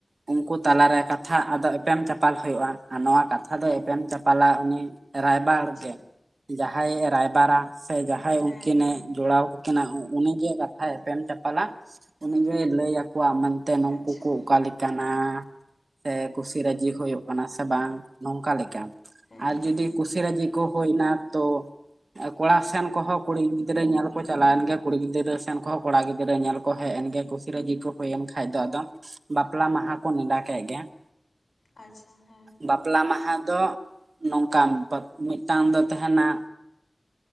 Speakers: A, on the right; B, on the left.
A: ᱩᱱᱠᱩ ᱛᱟᱞᱟᱨᱮ ᱠᱟᱛᱷᱟ ᱟᱫᱚ ᱮᱯᱮᱢ ᱪᱟᱯᱟᱞ ᱦᱩᱭᱩᱜᱼᱟ ᱟᱨ ᱱᱚᱶᱟ ᱠᱟᱛᱷᱟ ᱫᱚ ᱮᱯᱮᱢ ᱪᱟᱯᱟᱞᱟ ᱩᱱᱤ ᱨᱟᱭᱵᱟᱨ
B: ᱟᱪᱪᱷᱟ
A: ᱜᱮ ᱡᱟᱦᱟᱸᱭᱮ ᱨᱟᱭᱵᱟᱨᱟ ᱥᱮ ᱡᱟᱦᱟᱸᱭ
B: ᱦᱮᱸ
A: ᱩᱱᱠᱤᱱᱮ
B: ᱦᱮᱸ
A: ᱡᱚᱲᱟᱣ ᱠᱤᱱᱟ ᱩᱱᱤᱜᱮ ᱠᱟᱛᱷᱟᱭ ᱮᱯᱮᱢ ᱪᱟᱯᱟᱞᱟ ᱩᱱᱤᱜᱮ ᱞᱟᱹᱭ ᱭᱟᱠᱚᱣᱟ ᱢᱮᱱ ᱛᱮ ᱱᱩᱠᱩ
B: ᱟᱪᱪᱷᱟ
A: ᱠᱚ ᱠᱚ ᱚᱠᱟ ᱞᱮᱠᱟ ᱠᱟᱱᱟ ᱥᱮ ᱠᱩᱥᱤ ᱨᱟᱹᱡᱤ ᱦᱩᱭᱩᱜ ᱠᱟᱱᱟ ᱥᱮ ᱵᱟᱝ ᱱᱚᱝᱠᱟ ᱞᱮᱠᱟ
B: ᱦᱮᱸ
A: ᱟᱨ
B: ᱦᱮᱸ
A: ᱡᱩᱫᱤ ᱠᱩᱥᱤ ᱨᱟᱹᱡᱤ ᱠᱚ ᱦᱩᱭᱱᱟ ᱛᱚ ᱠᱚᱲᱟ ᱥᱮᱱ ᱠᱚᱦᱚᱸ ᱠᱩᱲᱤ ᱜᱤᱫᱽᱨᱟᱹ ᱧᱮᱞ ᱠᱚ ᱪᱟᱞᱟᱣ ᱮᱱ ᱜᱮ ᱠᱩᱲᱤ ᱜᱤᱫᱽᱨᱟᱹ ᱥᱮᱱ ᱠᱚᱦᱚᱸ ᱠᱚᱲᱟ ᱜᱤᱫᱽᱨᱟᱹ ᱧᱮᱞ ᱠᱚ ᱦᱮᱡ ᱮᱱ ᱜᱮ ᱠᱩ ᱥᱤ ᱨᱟᱹᱡᱤ ᱠᱚ ᱦᱩᱭᱮᱱ ᱠᱷᱟᱱ ᱫᱚ ᱟᱫᱚ ᱵᱟᱯᱞᱟ ᱢᱟᱦᱟ ᱠᱚ ᱱᱮᱰᱟ ᱠᱮᱫ ᱜᱮ ᱾
B: ᱟᱪᱪᱷᱟ ᱦᱮᱸ ᱾
A: ᱵᱟᱯᱞᱟ ᱢᱟᱦᱟ ᱫᱚ ᱱᱚᱝᱠᱟᱱ ᱢᱤᱫᱴᱟᱝ ᱫᱚ ᱛᱟᱦᱮᱱᱟ